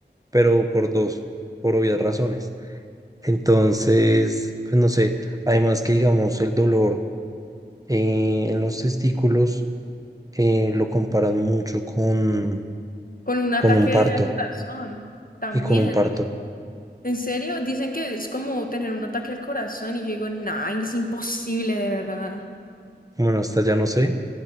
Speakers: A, on the right; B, on the left.
A: pero por dos, por obvias razones. Entonces, pues no sé, además que digamos el dolor eh, en los testículos eh, lo comparan mucho con,
B: Con un ataque
A: con un parto
B: al corazón también.
A: y con un parto.
B: ¿En serio? Dicen que es como tener un ataque al corazón y yo digo, nah, es imposible de verdad.
A: Bueno, hasta ya no sé,